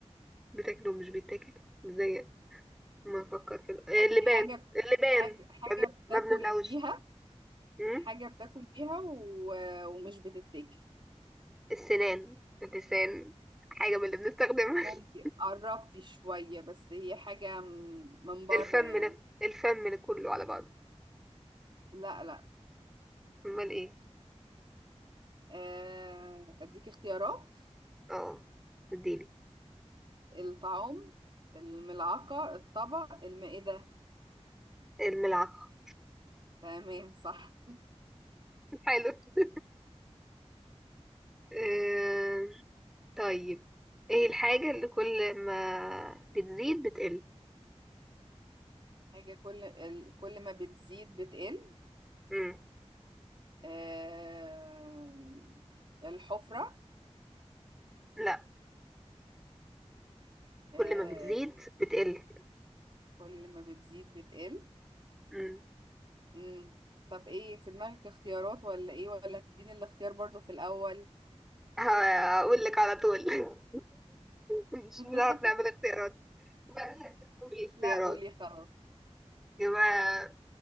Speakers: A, in the centre; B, on the right.
A: بتاكله ومش بيتاكل ازاي ما نفكر في ال- اللبان
B: يعني حاجة بت-
A: اللبان
B: حاجة حاجة
A: ما بن-
B: بتاكل
A: ما بنبلعوش
B: بيها
A: أم؟
B: حاجة بتاكل بيها و- ومش بتتاكل
A: السنان اللسان حاجة من اللي بنستخدمها
B: ممكن
A: <laughs>
B: قربتي شوية بس هي حاجة م- من بره
A: الفم
B: يعني
A: نف... الفم كله على بعضه
B: لا لا
A: امال ايه
B: آه، اديك اختيارات
A: اه اديني
B: الطعام الملعقة الطبق المائدة
A: الملعقة
B: تمام صح
A: <laughs> حلو <laughs> آه، طيب ايه الحاجة اللي كل ما بتزيد بتقل
B: حاجة كل ال- كل ما بتزيد بتقل
A: مم.
B: آه الحفرة
A: لا
B: آه
A: كل ما بتزيد بتقل
B: كل ما بتزيد بتقل
A: مم.
B: مم. طب ايه في دماغك اختيارات ولا ايه ولا تديني الاختيار برضو في الأول
A: ه- هقول لك على طول <laughs> مش
B: <laughs>
A: بنعرف نعمل اختيارات وبعدين هتقول الاختيارات
B: لا قولي خلاص
A: يبقى